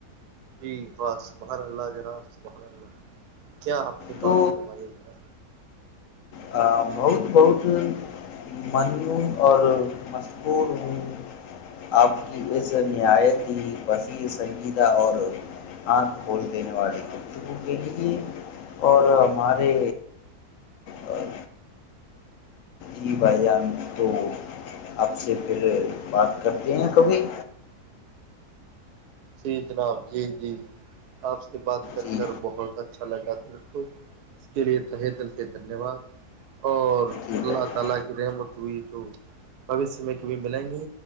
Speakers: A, on the right; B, on the left.
A: ج بس سبحن اللہ جناب سبحن اللہ کیا آپنی بات
B: تو
A: فرمائی ہے ذرا
B: بہت بہت مننوع اور مشہور ہوں آپ کی اس نہایت ہی وسییر سنجیدہ اور آنکھ کھول دینے والے گرتبوں کے لیے اور ہمارے اور جی بھائی جان تو آپ سے پھر بات کرتے ہیں کبھی
A: جی جناب جی جی آپ یہ بات کر
B: جی
A: کر بہت اچھا لگا دل کو اس کے لیے رہہ دل کے دھنیہ واد اور
B: جی
A: اللہ
B: بھائی
A: تعالی کی رحمت ہوئی تو بوشیہ میں کب ملیں گے